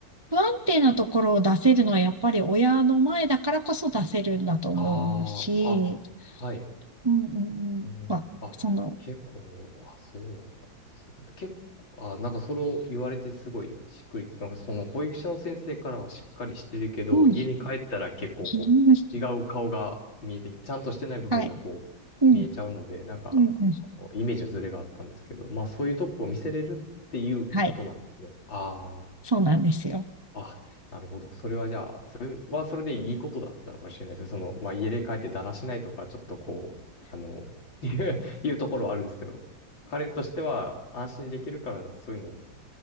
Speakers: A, on the right (about 25°); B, on the left (about 75°).
A: 不安定なところを出せるのはやっぱり親の前だからこそ出せるんだと思うし、
B: ああ、あ、はい。
A: うんうんうん。
B: うん。
A: まあ、
B: あ、
A: その、
B: 結構、あ、そうなんですね。結構、あ、なんかそれを言われてすごいしっくりきて、なんかその保育所の先生からはしっかりしてるけど、
A: うん。
B: 家に帰ったら結構こう、
A: <laughs>
B: 違う顔が見えてき、ちゃんとしてない部分がこう、
A: はい。うん、
B: 見えちゃうので、なんか、
A: うん、うん。
B: あのイメージのズレがあったんですけど、まあそういうとこを見せれるっていうことなんですね。
A: はい。
B: ああ。
A: そうなんですよ。
B: あ、なるほど。それはじゃあ、それはそれでいいことだったのかもしれないですね。その、まあ、家で帰ってだらしないとか、ちょっとこう、あの、<laughs> いういうところはあるんですけど、彼としては安心できるから、そういうのを